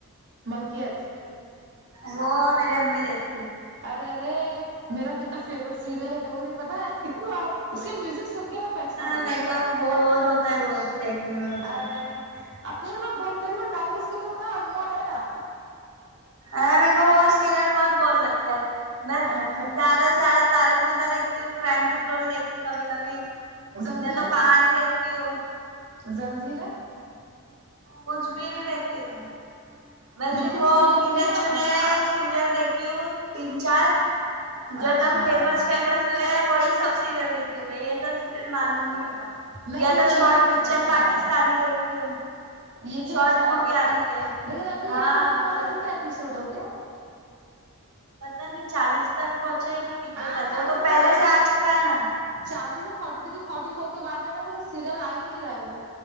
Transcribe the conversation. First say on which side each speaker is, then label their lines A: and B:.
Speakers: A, on the right; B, on the right.
A: ملکیت
B: وہ میرے امی دیکھ
A: ارے ارے میرا کتا فیورٹ سیریل ہے تمہیں نہیں پتا ہے آ اس کی میوزک سن کے میں پہچان لی
B: میرے کو بہت ہوتا ہے بہت دیکھنے میں وہ سب
A: ارے اب پھر بھی پھر بھی ٹائم پاس کے لیے اماں ہے نا
B: ارے میرے کو وہ سیریل بہت بور لگتا ہے میں
A: اچھا
B: زیادہ سے زیادہ تارک مہتا دیکھتی ہوں کرائم پیٹرول دیکھتی کبھی کبھی
A: زنجیریں
B: نہیں تو کہانی ہی دیکھتی ہوں
A: زنجیریں
B: کچھ بھی نہیں دیکھتی میں ویسے
A: ملکیت
B: وہ
A: سیریل
B: گنے
A: کی نا
B: چونے سیریل دیکھی ہوں تین چار جو
A: اچھا
B: دم فیمس فیمس ہوئے ہیں وہی سب سیریل دیکھی میں یہ سب سیریل معلوم نہیں
A: نہیں
B: یا
A: یہ
B: تو
A: سیریل
B: شارٹ
A: بھی بہت
B: پکچر
A: اچھا
B: پاکستانی
A: آ رہا ہے
B: دیکھتی ہوں
A: یہ بھی
B: شارٹ
A: اچھا
B: مووی
A: آ رہا ہے اس
B: آتی
A: کا
B: ہے
A: لیکن ابھی
B: ہاں
A: امی کا
B: ابھی
A: تمہارا
B: تو دیکھ
A: کتنا ایپیسوڈ
B: لی
A: ہو گیا
B: پتا نہیں چالیس تک پہنچا ہے گی کتنے
A: ہاں
B: تک
A: چالیس
B: وہ تو
A: ہے
B: پہلے
A: نا
B: سے آ چکا ہے نا
A: چالیس فورٹی تھری فورٹی فور کے بعد ہے نا وہ سیریل آ ہی نہیں رہا ہے وہ